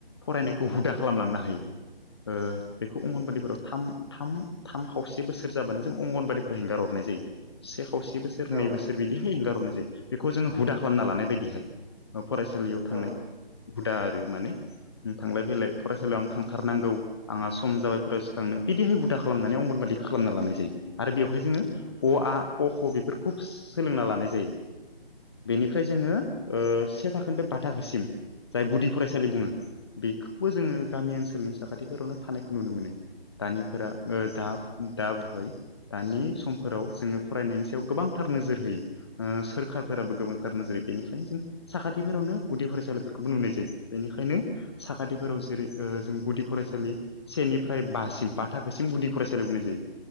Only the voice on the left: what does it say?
फरायनायखौ हुदा खालामलांनो हायो बेखौ
अंगनबादिफोराव थाम थाम थाम खावसे बोसोर जाबानो जों अंगनबादिफोरा हेंगार हरनाय जायो से खावसे बोसोर
नै बोसोर बिदिहाय एंगारहरनाय जायो बेखौ जोङो हुदा खालामना लानाय बायदिहाय फरायसालियाव थांनाय
हुदा आरो माने थांलाय फैलाय फरायसालियाव आं थांथारनांगौ आंहा सम जाबाय फरायसालियाव थांनो बिदिहाय हुदा खालामनानै अंगनबादि खालामना
लानाय जायो आरो बेवहाय जोङो अ आ क ख बेफोरखौ सोलोंना लानाय जायो बेनिफ्राय जोङो
से थाखोनिफ्राय बा थाखोसिम जाय गुदि फरायसालि बुङो बेखौबो जोङो गामि ओनसोलनि साखाथिफोरावनो थानायखौ नुनो मोनो दानिफोरा दा दा बहाय दानि समफोराव जोङो फरायनायनि सायाव गोबांथार नोजोर होयो सोरखारफोराबो गोबांथार नोजोर बेनिखायनो जों साखाथिफोरावनो गुदि फरायसालिफोरखौबो नुनाय जायो बेनिखायनो साखाथिफोराव जेरै जों गुदि फरायसालि सेनिफ्राय बासिम बा थाखोसिम गुदि फरायसालियाव होनाय जायो